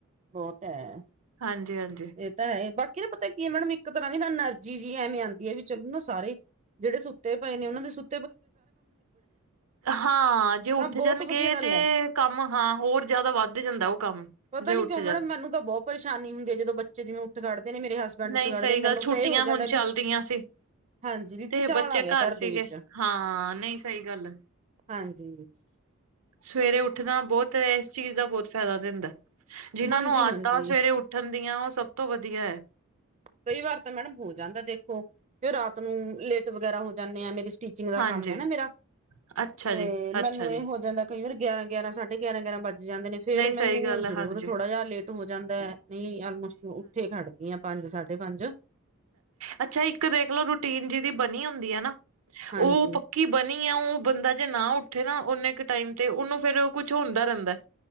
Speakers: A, on the right; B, on the right.
A: ਬਹੁਤ ਹੈ
B: ਹਾਂਜੀ-ਹਾਂਜੀ।
A: ਇਹ ਤਾਂ ਹੈ ਬਾਕੀ ਨਾ ਪਤਾ ਕੀ ਮੈ ਇੱਕ ਤਰ੍ਹਾਂ ਦੀ ਨਾ ਐਨਰਜੀ ਜਿਹੀ ਐਵੇਂ ਆਂਦੀ ਹੈ ਵੀ ਚੱਲੋ ਨਾ ਸਾਰੇ ਜਿਹੜੇ ਸੁੱਤੇ ਪਏ ਨੇ ਉਹ ਦੇ ਸੁੱ
B: ਹਾਂ ਜੇ ਉਠ
A: ਤਾਂ ਬਹੁਤ
B: ਜਾਣਗੇ
A: ਵਧੀਆ ਗੱਲ
B: ਤੇ
A: ਹੈ
B: ਕੰਮ ਹਾਂ ਹੋਰ ਜਿਆਦਾ ਵੱਧ ਜਾਂਦਾ ਉਹ ਕੰਮ
A: ਪਤਾ
B: ਜੇ
A: ਨਹੀਂ
B: ਉੱਠ
A: ਕਿਉਂ
B: ਜਾਣ
A: ਮੈਡਮ ਮੈਨੂੰ ਤਾਂ ਬਹੁਤ ਪਰੇਸ਼ਾਨੀ ਹੁੰਦੀ ਹੈ ਜਦੋਂ ਬੱਚੇ ਜਿਵੇਂ ਉੱਠ ਖੜਦੇ ਨੇ ਮੇਰੇ ਹਸਬੰਡ
B: ਨਹੀਂ
A: ਉੱਠ ਖੜਦੇ
B: ਸਹੀ
A: ਨੇ ਮੈਨੂੰ
B: ਗੱਲ ਛੁੱਟੀਆਂ
A: ਤਾਂ ਇਹ ਹੋ
B: ਹੁਣ
A: ਜਾਂਦਾ
B: ਚੱਲ
A: ਵੀ
B: ਰਹੀਆਂ ਸੀ।
A: ਹਾਂਜੀ ਵੀ
B: ਤੇ
A: ਭੁਚਾਲ
B: ਬੱਚੇ
A: ਆ ਗਿਆ
B: ਘਰ ਸੀਗੇ
A: ਦੇ ਵਿੱਚ
B: ਹਾਂ ਨਹੀਂ ਸਹੀ ਗੱਲ ਹੈ।
A: ਹਾਂਜੀ
B: ਸਵੇਰੇ ਉਠਣਾ ਬਹੁਤ ਇਸ ਚੀਜ਼ ਦਾ ਬਹੁਤ ਫਾਇਦਾ ਦਿੰਦਾ ਜਿਹਨਾਂ
A: ਹਾਂਜੀ
B: ਨੂੰ ਆਦਤਾਂ
A: ਹਾਂਜੀ
B: ਸਵੇਰੇ ਉਠ ਠੰਡੀਆਂ ਉਹ ਸਭ ਤੋਂ ਵਧੀਆ
A: ਕਈ ਵਾਰ ਤਾਂ ਮੈਡਮ ਹੋ ਜਾਂਦਾ ਦੇਖੋ ਕਿ ਰਾਤ ਨੂੰ ਲੇਟ ਵਗੈਰਾ ਹੋ ਜਾਂਦੇ ਆ ਮੇਰੀ ਸਟੀਚ ਜਿੰਦਾ
B: ਹਾਂਜੀ
A: ਕੰਮ ਹੈ ਨਾ। ਮੇਰਾ
B: ਅੱਛਾ
A: ਤੇ
B: ਜੀ ਅੱਛਾ
A: ਮੈਨੂੰ
B: ਜੀ
A: ਇਹ ਹੋ ਜਾਂਦਾ। ਕਈ ਵਾਰ ਗਿਆਰਾਂ- ਗਿਆਰਾਂ ਸਾਢੇ ਗਿਆਰਾਂ ਗਿਆਰਾਂ ਮੈਂ। ਜਾਂਦੇ ਨੇ। ਫੇਰ
B: ਨਹੀਂ
A: ਮੈਨੂੰ
B: ਸਹੀ ਗੱਲ
A: ਜ਼ਰੂਰ
B: ਹੈ ਹਾਂਜੀ
A: ਥੋੜਾ ਜਿਹਾ ਲੇਟ ਹੋ ਜਾਂਦਾ। ਨਹੀਂ ਆਲਮੋਸਟ ਉੱਠੇ ਖੜ ਇਆ ਪੰਜ ਸਾਢੇ ਪੰਜ ਆ।
B: ਅੱਛਾ। ਇੱਕ ਦੇਖ ਲਓ ਰੂਟੀਨ ਜਿਹਦੀ ਬਣੀ ਹੁੰਦੀ ਹੈ। ਨਾ
A: ਹਾਂਜੀ
B: ਉਹ ਪੱਕੀ ਕੀ ਬਣੀ ਆ। ਉਹ ਬੰਦਾ ਜੇ ਨਾ ਉੱਠੇ ਨਾ ਨੇ ਕੁ ਟਾਈਮ ਤੇ। ਉਹਨੂੰ ਫੇਰ ਕੁਛ ਹੁੰਦਾ ਰਹਿੰਦਾ।